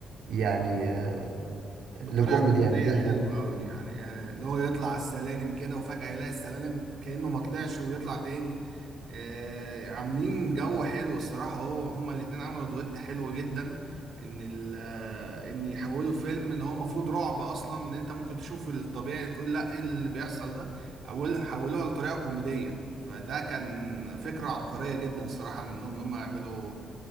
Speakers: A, on the right; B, on the right.
A: يعني آه،
B: بطريقه
A: لكوميدي
B: كوميديه
A: يعني زي
B: حلوه
A: خوف
B: قوي يعني آه، اللي هو يطلع على السلالم كده وفجاه يلاقي السلالم كانه ما طلعش ويطلع تاني آه، عاملين جو حلو الصراحه هو هما الاتنين عملوا دويت حلو جدا ان ال آه، ان يحولوا فيلم ان هو المفروض رعب اصلا ان انت ممكن تشوف الطبيعي تقول لا ايه اللي بيحصل ده اول حولوها لطريقه كوميديه فده كان فكره عبقريه جدا الصراحه منهم ان هم يعملوا